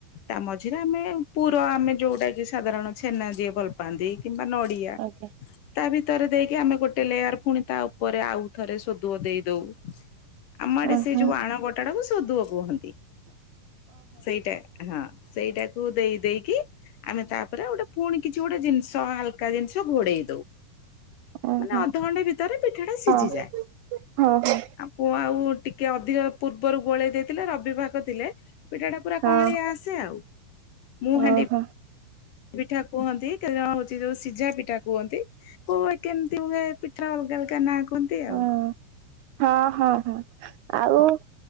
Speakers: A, on the left; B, on the right.
A: ତା ମଝିରେ ଆମେ ପୁର ଆମେ ଯୋଉଟା କି ସାଧାରଣ ଛେନା ଯିଏ ଭଲ ପାଆନ୍ତି କିମ୍ବା ନ ଡିଆ
B: ଆଜ୍ଞା
A: ତା ଭିତରେ ଦେଇକି ଆମେ ଗୋଟେ ଲେୟାର ପୁଣି ତା ଉପରେ ଆଉ ଥରେ ସୋଦୁଅ ଦେଇଦଉ। ଆମ ଆଡେ
B: ଓହୋ
A: ସେ ଯୋଉ ଆଣ ବଟାଟାକୁ ସୋଦୁଅ କୁହନ୍ତି ସେଇଟା ହଁ, ସେଇଟାକୁ ଦେଇ ଦେଇକି ଆମେ ତାପରେ ଗୋଟେ ପୁଣି କିଛି ଗୋଟେ ଜିନିଷ ହଲକା ଜିନିଷ ଘୋଡେଇ ଦଉ।
B: ଓହୋ
A: ମାନେ ଅଧଘଣ୍ଟା ଭିତରେ ପିଠା ଟା ସିଝିଯାଏ
B: ଓହୋ ହଁ ହଁ
A: ଆଉ ପୁଅ ଆଉ ଟିକେ ଅଧିକ ପୂର୍ବରୁ ଗୋଳେଇ ଦେଇଥିଲେ ରବି ଭାଗ ଥିଲେ ପିଠା ଟା ପୁରା
B: ହଁ
A: କଅଁଳିଆ ଆସ ଆସେ ଆଉ। ମୁଁ
B: ଓହୋ!
A: ହାଣ୍ଡି ପିଠା କୁହନ୍ତି କେତେ ଜଣ ହଉଛି ଯୋଉ ସିଝା ପିଠା କୁହନ୍ତି। ପୁଣି କେମିତି ହୁଏ ପିଠା ଅଲଗା ଅଲଗା ନାଁ କୁହନ୍ତି
B: ହଁ
A: ଆଉ।
B: ହଁ, ହଁ, ହଁ ଆଉ